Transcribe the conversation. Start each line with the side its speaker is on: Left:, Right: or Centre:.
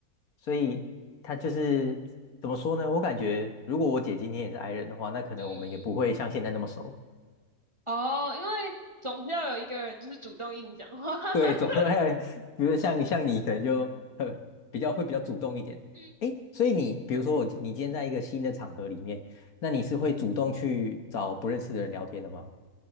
Left: 所以她就是怎么说呢？我感觉如果我姐今天也是 I 人的话，那可能我们也不会像现在那么熟。
Right: 嗯嗯，嗯哦，因为总是要有一个人就是主动一直讲话。<laughs>
Left: <laughs> 对，走路来有，比如像像你可能就呃比较会比较主动一点。
Right: 嗯
Left: 诶，所以你比如说我你今天在一个新的场合里面，那你是会主动去找不认识的人聊天的吗？